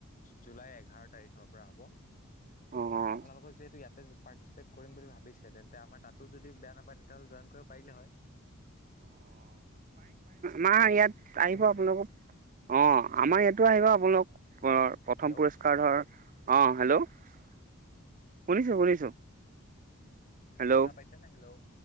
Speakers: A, on the left; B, on the right.
A: জুলাই এঘাৰ তাৰিখৰ পৰা হ'ব। ত'
B: অ'।
A: আপোনালোকৰ যিহেতু ইয়াতে পাৰ্টিচিপেট কৰিম বুলি ভাবিছে তেন্তে আমাৰ তাতো যদি বেয়া নাপায় তে, তেওঁ জইন কৰিব পাৰিলে হয়।
B: মা ইয়াত আহিব
A: শুনিছে
B: আপোনালোকক অ আমাৰ ইয়াতো আহিব আপোনালোক পুনৰ প্ৰথম
A: হেল্ল'
B: পুৰস্কাৰ ধৰ অ হেল্ল' শুনিছো শুনিছো হেল্লঅ
A: শুনা পাইছেনে হেল্ল'